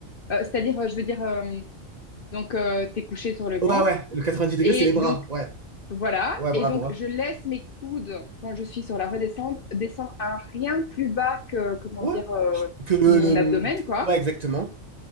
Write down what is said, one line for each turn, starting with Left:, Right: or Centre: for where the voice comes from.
Left: euh, c'est-à-dire, euh, je veux dire, euh, donc euh, t'es couché sur le banc
Right: Ouais, ouais, le 90 degrés,
Left: et
Right: c'est les bras.
Left: donc
Right: Ouais,
Left: voilà,
Right: ouais, bras
Left: et donc
Right: droit.
Left: je laisse mes coudes quand je suis sur la redescente descendre à rien plus bas que comment
Right: Ouais,
Left: dire euh,
Right: que le,
Left: mon
Right: le...
Left: abdomen quoi,
Right: ouais, exactement.